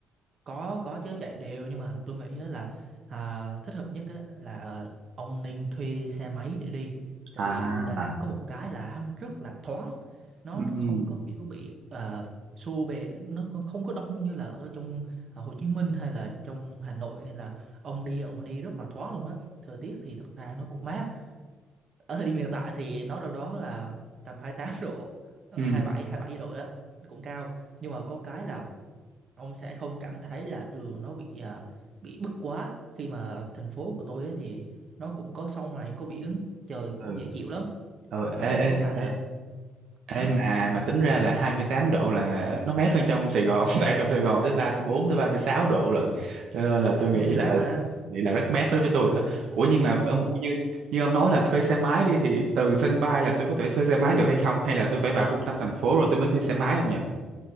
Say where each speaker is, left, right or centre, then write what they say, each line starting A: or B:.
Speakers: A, on the right; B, on the right.
A: có có chứ chạy đều nhưng mà tôi nghĩ á là à, thích hợp nhất á là ông nên thuê xe máy để đi tại
B: À,
A: vì đường Đà Nẵng có một cái là hắn rất là thoáng nó
B: ừ
A: nó không có kiểu bị uh, xô bề nó còn không có đông như là ở trong à, Hồ Chí Minh hay là trong Hà Nội nên là ông đi ông đi rất là thoáng luôn á thời tiết thì thật ra nó cũng mát ở thời điểm hiện tại thì nó đâu đó là tầm hai mươi tám độ 27
B: ừ
A: bảy độ đó cũng cao nhưng mà có cái là ông sẽ không cảm thấy là đường nó bị à, bị bức quá khi mà thành phố của tôi ấy thì nó cũng có sông này có biển trời cũng
B: ừ,
A: dễ chịu lắm
B: ừ, ê,
A: đấy
B: ê,
A: với cả là
B: ê. Ê
A: hả
B: mà mà tính ra là 28 độ là nó mát hơn trong Sài Gòn <laughs> tại trong Sài Gòn tới 34 tới 36 độ lận cho nên là tôi nghĩ
A: ừ,
B: là
A: má mà
B: nghĩ là rất mát đối với tôi đó Ủa nhưng mà ông ơi, như như ông nói là thuê xe máy đi thì từ sân bay là tôi có thể thuê xe máy được hay không hay là tôi phải vào trung tâm thành phố rồi tôi mới thuê xe máy không nhỉ?